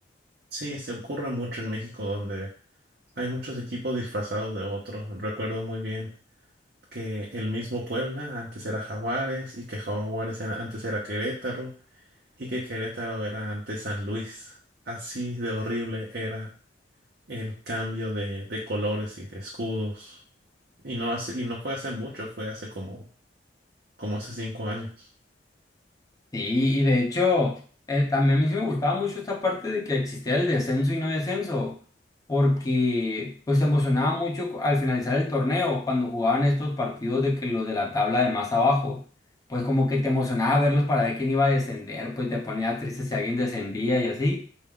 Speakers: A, on the right; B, on the left.
A: Sí, se ocurre mucho en México donde hay muchos equipos disfrazados de otros. Recuerdo muy bien que el mismo Puebla antes era Jaguares y que Jaguares era- antes era Querétaro y que Querétaro era antes San Luis. Así de horrible era el cambio de, de colores y de escudos. Y no hace, y no fue hace mucho, fue hace como, como hace cinco años.
B: Sí, y de hecho, eh, también a mí sí me gustaba mucho esta parte de que existía el descenso y no descenso, porque pues se emocionaba mucho cu- al finalizar el torneo, cuando jugaban estos partidos de que los de la tabla de más abajo, pues como que te emocionaba verlos para ver quién iba a descender, pues te ponías triste si alguien descendía y así.